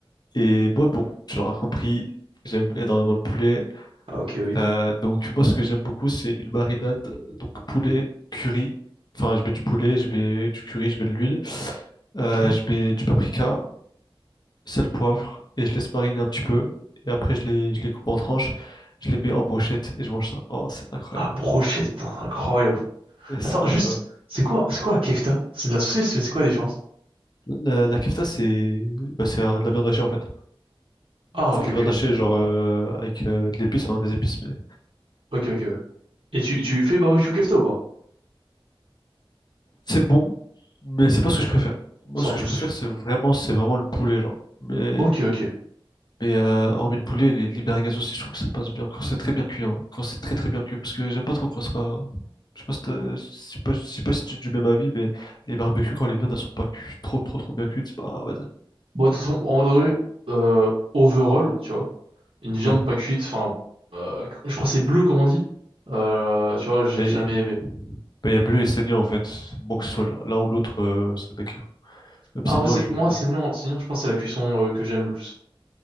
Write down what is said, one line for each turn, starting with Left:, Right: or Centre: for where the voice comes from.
Left: Et moi, bon, tu l'auras compris, j'aime énormément le poulet.
Right: Ah, ok, oui.
Left: Euh, donc, moi, ce que j'aime beaucoup, c'est une marinade. Donc, poulet, curry. Enfin, je mets du poulet, je mets du curry, je mets de l'huile. Euh,
Right: Ok.
Left: je mets du paprika, sel, poivre, et je laisse mariner un petit peu. Et après, je les, je les coupe en tranches, je les mets en brochette et je mange ça. Oh, c'est incroyable.
Right: Ah, brochette, putain, c'est incroyable.
Left: Ouais, C'est
Right: Attends,
Left: incroyable.
Right: juste, c'est quoi, c'est quoi la kefta? C'est de la saucisse, mais c'est quoi la différence?
Left: La, la kefta, c'est bah, c'est euh, de la viande hachée en fait.
Right: Ah,
Left: Faites
Right: ok,
Left: de
Right: ok.
Left: la viande hachée, genre euh, avec euh, de l'épice, hein, des épices, mais
Right: Ok, ok, ouais. Et tu, tu fais barbecue kefta ou pas?
Left: c'est bon, mais c'est pas ce que je préfère. Moi,
Right: Sans
Left: ce
Right: plus.
Left: que je préfère, c'est vraiment, c'est vraiment le poulet, genre. Mais,
Right: Ok, ok.
Left: mais euh, hormis le poulet, les, les merguez aussi, je trouve que ça passe bien quand c'est très bien cuit, hein, quand c'est très très bien cuit, parce que j'aime pas trop quand c'est pas. Je sais pas si t'as- je sais pas, je sais pas si tu es du même avis, mais les barbecues, quand les viandes, elles sont pas cu- trop trop trop bien cuites, c'est pas, vas-y.
Right: Bon, de toute façon, en vrai, euh, overall, tu vois, une viande
Left: Ouais,
Right: pas cuite, enfin, euh, je crois que c'est bleu, comme on dit. Euh, tu vois, j'ai
Left: bah,
Right: jamais
Left: il
Right: aimé.
Left: bah, il y a bleu et saignant en fait. Bon que ce soit l'un ou l'autre, euh, ça bécane. Même
Right: Ah,
Left: saignant,
Right: moi, c'est,
Left: je
Right: moi,
Left: peux pas.
Right: saignant,
Left: genre.
Right: saignant, je pense que c'est la cuisson euh, que j'aime le plus.